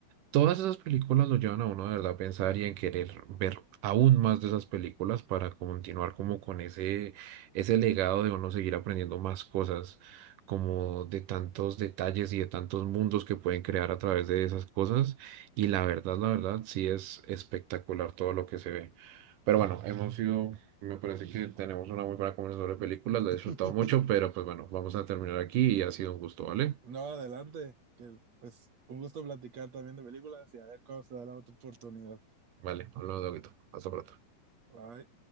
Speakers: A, on the right (about 70°); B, on the right (about 45°).
A: Todas esas películas lo llevan a uno de verdad a pensar y en querer ver aún más de esas películas para continuar como con ese, ese legado de uno seguir aprendiendo más cosas, como de tantos detalles y de tantos mundos que pueden crear a través de esas cosas. Y la verdad, la verdad, sí es espectacular todo lo que se ve. Pero bueno, hemos sido, me parece que tenemos una muy buena conversación sobre películas, la
B: <laughs>
A: he disfrutado mucho, pero pues bueno, vamos a terminar aquí y ha sido un gusto, ¿vale?
B: No, adelante, que pues un gusto platicar también de películas y a ver cómo se da la otra oportunidad.
A: Vale, hablamos de poquito. Hasta pronto.
B: Bye.